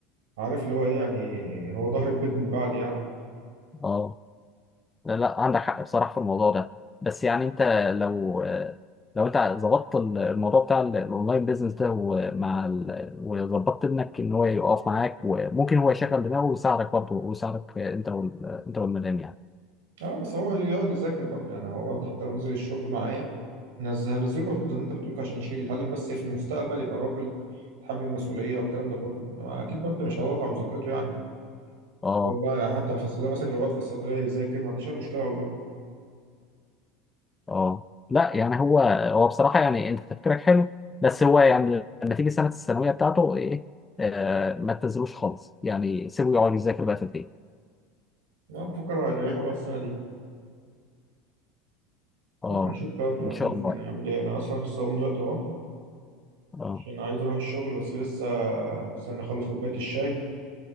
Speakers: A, on the right (about 90°); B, on the left (about 15°).
A: عارف اللي هو ايه يعني هو ظهر البيت من بعد يعني
B: اه لا لا عندك حق بصراحة في الموضوع ده بس يعني انت لو لو انت ظبطت الموضوع بتاع ال- الاونلاين بيزنس ده ومع ال- وظبطت ابنك ان هو يقف معاك وممكن هو يشغل دماغه ويساعدك برضه ويساعدك انت وال... انت والمدام يعني
A: اه بس هو يقعد يذاكر برضه يعني هو برضه حتى لو نزل الشغل معايا نزل هنزله برضه زي ما انت بتقول كده عشان يشيل يتعلم بس في المستقبل يبقى راجل يتحمل مسؤولية والكلام ده كله انما اكيد برضه مش هضغط على مذاكرته يعني
B: اه
A: يقعد بقى يعني حتى في الصيدلية مثلا لو يقعد في الصيدلية يذاكر ما عنديش اي مشكلة والله
B: اه لا يعني هو هو بصراحة يعني انت تفكيرك حلو بس هو يعني لما تيجي سنة الثانوية بتاعته ايه آه ما تنزلوش خالص يعني سيبه يقعد يذاكر بقى في البيت
A: انا بفكر هيريحه بقى السنة دي
B: اه
A: المهم هشوف برضه
B: ان شاء
A: هشوف
B: الله
A: يعني هعمل ايه انا اصلا لسه هقوم دلوقتي اهو
B: اه
A: عشان عايز اروح الشغل بس لسه استنى اخلص كوباية الشاي